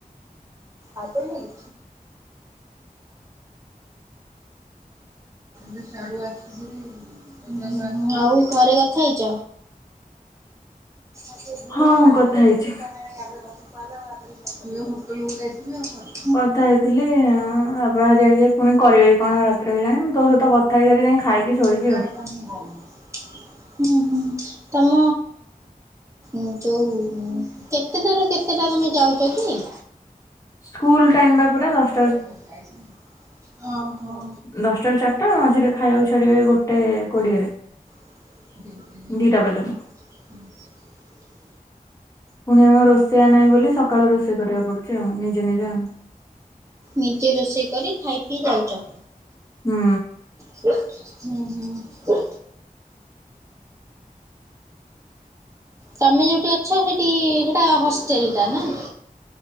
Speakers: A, on the right; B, on the left.
A: ଅଛି <unintelligible> ସେ ସେଆଡୁ ଆସିକି ଆଉ ଘରେ କଥା ହେଇଛ। ି ଦିଇ
B: ହଁ
A: ଜଣ ଡାକି
B: କଥା
A: ଦେବେ
B: ହେଇଛି।
A: ତାେ ଗାଡିରେ ବସି ପଡିଲେ ମୁଁ ଭାବିଲିହୋଟେଲକୁୁ ଯାଇଥିବେ ଆଉ କଣ।
B: କଥା ହେଇଥିଲି ବାପହାରାରି ଆଜ୍ଞା ପୁଣି କରିବେ କଣ ରାତିରେ ବି ଜାଣି ମୁଁ ତୋ ସହିତ କଥା ହେଇଥିଲାରି ଯାଇ। ଖାଇକି ଶେଇ
A: <unintelligible> ହୁଁ ହୁଁ ତମ ଁ ଯୋଉ କେତେଟାରୁ କେତେଟା ତମେ ଯାଉଛ କି?
B: ସ୍କୁଲ ଟାଇମ ବା ପୁରା ଦଶ
A: <unintelligible> ଓହୋ।
B: ଦଶଟାରୁ ଚାରିଟା ମଝିରେ ଖାଇବାକୁ ଛାଡିବେ ଗୋଟେ କୋଡିଏରେ।
A: <inaudible>
B: ଦିଟା ପର୍ଯ୍ୟନ୍ତ ପୁଣି ଆମ ରୋଷେଇଆ ନାହିଁ ବୋଲି ସକାଳୁ ରୋଷେଇ କରିବାକୁ ପଡୁଛି ଆଉ ନିଜେ ନିଜେ ଆଉ।
A: ନିଜ ରୋଷେଇ କରି ଖାଇ ପିଇ ଯାଉଛ।
B: ହୁଁ।
A: ହୁଁ ହୁଁ। ତମେ ଯୋଉଠି ଅଛ ସେଠି ସେଟା ହଷ୍ଟେଲ ଟା ନାଇଁ।